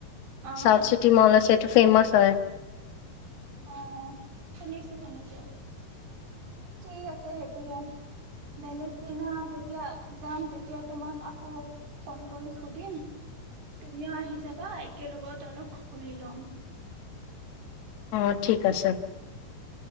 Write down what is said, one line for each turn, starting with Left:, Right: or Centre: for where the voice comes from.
Right: অ
Left: চাউথ চিটি মল আছেটো ফেমাচ ছয়
Right: অ' শুনিছোঁ‌ শুনিছোঁ‌। ঠিক আছে। সেইটোৱে বেলেগ দিনা যেতিয়া যাম তেতিয়া তোমাক আকৌ ফোন কৰি সুধিম তুমিও আহি যাবা। একেলগত অলপ ঘুৰি লম
Left: অ' ঠিক আছে।